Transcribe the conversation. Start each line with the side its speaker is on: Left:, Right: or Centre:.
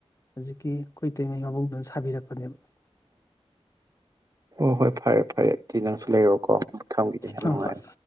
Left: ꯍꯧꯖꯤꯛꯀꯤ ꯑꯩꯈꯣꯏ ꯏꯇꯩꯩꯃ ꯃꯕꯨꯡꯗꯨꯅ ꯁꯥꯕꯤꯔꯛꯄꯅꯦꯕ
Right: ꯍꯣ ꯍꯣꯏ ꯐꯔꯦ ꯐꯔꯦ ꯑꯗꯨꯗꯤ ꯅꯪꯁꯨ ꯂꯩꯔꯣꯀꯣ ꯊꯝꯈꯤꯒꯦ ꯌꯥꯝ
Left: ꯍꯣꯏ
Right: ꯅꯨꯡꯉꯥꯏꯔꯦ
Left: ꯍꯣꯏ